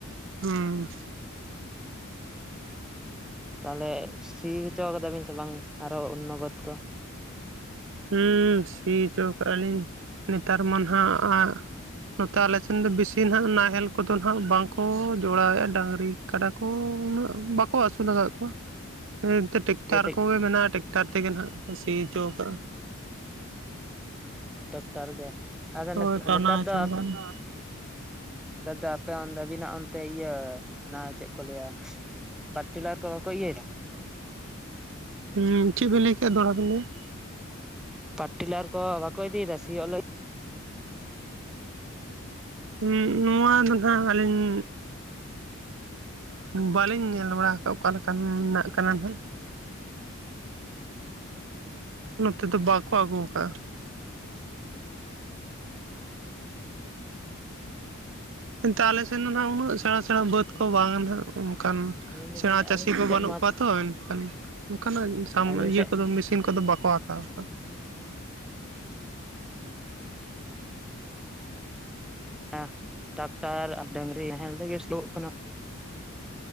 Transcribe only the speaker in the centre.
ᱛᱟᱦᱚᱞᱮ ᱥᱤ ᱦᱚᱪᱚ ᱠᱟᱫᱟ ᱵᱤᱱ ᱥᱮ ᱵᱟᱝ ᱟᱨᱦᱚᱸ ᱚᱱᱱᱚ ᱵᱟᱹᱫᱽ ᱠᱚ?
ᱤᱭᱟᱹᱛᱮ
ᱦᱳᱭ ᱴᱨᱟᱠᱴᱚᱨ ᱜᱮ ᱟᱫᱚ
ᱱᱤᱛᱚ
ᱱᱮᱛᱟᱨ
ᱫᱚ
ᱱᱮᱛᱟᱨ ᱫᱚ ᱟᱯᱮ ᱚᱱ ᱟᱹᱵᱤᱱᱟᱜ ᱚᱱᱛᱮ ᱤᱭᱟᱹ ᱚᱱᱟ ᱪᱮᱫ ᱠᱚ ᱞᱟᱹᱭᱟ ᱯᱟᱨᱴᱤᱞᱟᱨ ᱠᱚ ᱵᱟᱠᱚ ᱤᱭᱟᱹ ᱮᱫᱟ
ᱯᱟᱴᱴᱤᱞᱟᱨ ᱠᱚ ᱵᱟᱠᱚ ᱤᱫᱤᱭᱮᱫᱟ ᱥᱤᱭᱚᱜ ᱞᱟᱹᱜᱤᱫ ᱾
ᱟᱹᱞᱤᱧ ᱫᱚᱞᱤᱧ
ᱞᱟᱹᱭᱮᱫᱼᱟ
ᱟᱹᱞᱤᱧ
ᱥᱮᱫ
ᱢᱟ
ᱟᱹᱞᱤᱧ
ᱥᱮᱫ
<unintelligible> ᱴᱟᱠᱴᱟᱨ ᱟᱨ ᱰᱟᱹᱝᱨᱤ ᱱᱟᱦᱮᱞ ᱛᱮᱜᱮ ᱥᱤᱭᱳᱜ ᱠᱟᱱᱟ᱾